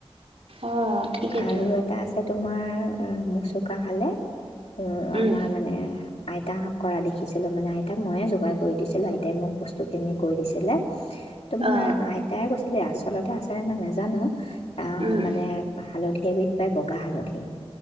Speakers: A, on the right; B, on the left.
A: অ', ঠিকেইতো
B: আৰু এটা আছে তোমাৰ মচুকা খালে অ
A: উম
B: আমাৰ মানে আইতাহ‌ঁক কৰা দেখিছিলো মানে আইতাক ময়ে যোগাৰ কৰি দিছিলো আইত ত'তে মোক বস্তুখিনি কৈ দিছিলে। তোমাৰ
A: অ
B: আইতাই কৈছিলে ৰা লতে আছেনে নাই নাজানো আ
A: উম
B: মানে হালধি সেইবিধ পায় বগা হালধি।